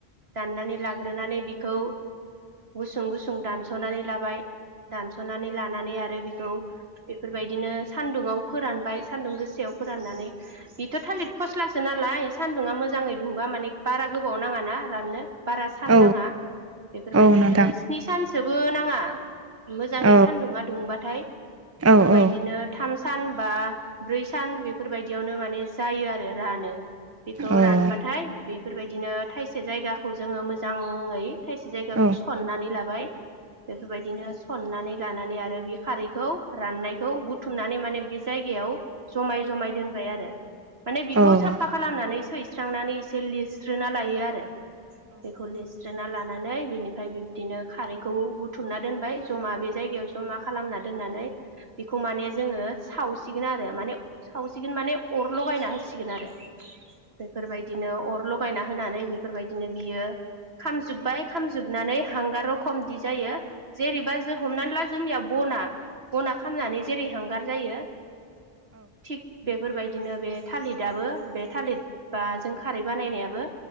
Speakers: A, on the right; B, on the right.
A: दाननानै लागोन ग्रोनानै बिखौ गुसुं गुसुं दानस'नानै लाबाय दानस'नानै लानानै आरो आरो बेखौ बेफोरबायदिनो सान्दुङाव फोरानबाय सान्दुं गोसायाव फोराननानै बेथ' थालिर फस्लासो नालाय सानदुङा मोजां मोजाङै दुंबा माने बारा गोब गोबाव नाङा ना राननो बा सान
B: औ
A: नाङा बेफोरबायदिनो
B: औ नोंथां
A: स्नि सान सोबो नाङा मोजाङै
B: औ
A: सान्दुंआ दुंबाथाय बेफोरबायदिनो
B: औ औ औ
A: थाम सान बा ब्रै सान बेफोरबायदियावनो माने जायो आरो रानो बेखौ
B: औ
A: रानबाथाय
B: औ
A: बे बेफोरबायदिनो थायसे जायगाखौ जोङो मो मोजाङै थाइसे जायगाखौ
B: औ
A: सननानै लाबाय बेफोरबायदिनो सननानै लानानै आरो बे खारैखौ राननायखौ बुथुमनानै माने बे जायगायावायाव जमाय जमाय दोनबाय आरो माने
B: औ
A: बेखौ साफा खालामनानै सै सुस्रांनानै एसे लिरस्रोना लायो आरो बेखौ लिरस्रोना लानानै बिनिफ्राय बिब्दिनो खारैखौ बुथुमना दोनबाय जमा बे जायगायाव ज'मा खालामनानै दोननानै बेखौ माने जोङो सावसिगोन आरो माने सावसिगोन माने अर लगायना होसिगोन आरो बेफोरबायदिनो अर लगायना होनानै बेफोरबायदिनो बियो खामजोबबाय खामजोबनानै हांगाराव खमदि जायो जेरैबा जों हमनानै ला जोंनिया बना बना खामनानै जेरै हांगार जायो थिक बेफोरबायदिनो बे थालिदाबो बे थालिद बा जों खारै बानायनायाबो